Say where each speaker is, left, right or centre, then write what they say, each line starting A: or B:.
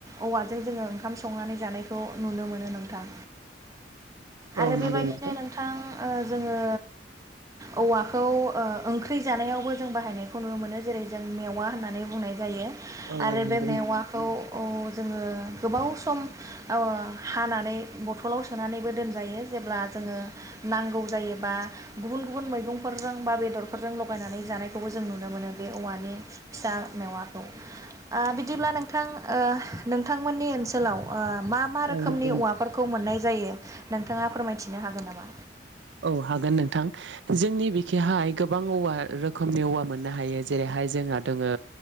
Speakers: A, on the right; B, on the right.
A: औवाजों जोङो ओंखाम संनानै जानायखौ नुनो मोनो नोंथां। आरो
B: औ नंगौ
A: बेबायदिनो नोंथां
B: औ
A: ओ जोङो औवा खौ ओ ओंख्रि जानायावबो जों बाहायनायखौ नुनो मोनो जेरै जों मेवा होननानै बुंनाय जायो
B: औ
A: आरो
B: नंगौ
A: बे
B: नोंथां
A: मेवाखौ जोङो गोबाव सम ओ हानानै बथलाव सोनानैबो दोनजायो जेब्ला जोङो नांगौ जायोबा गुबुन गुबुन मैगं गंफोरजों बा बेदरफोरजों लगायनानै जानायखौबो जों नुनो मोनो बे औवानि फिसा मेवाखौ ओ बिदिब्ला नोंथां ओ नोंथांमोननि ओनसोलाव ओ मा मा
B: औ नंगौ
A: रोखोमनि
B: नोंथां
A: औवाफोरखौ मोननाय जा जायो नोंथाङा फोरमायथिनो हागोन नामा?
B: औ हागोन नोंथां जोंनि बिखेहाय गोबां औवा रोखोमनि औवा मोननो हायो जेरैहाय जोंहा दङो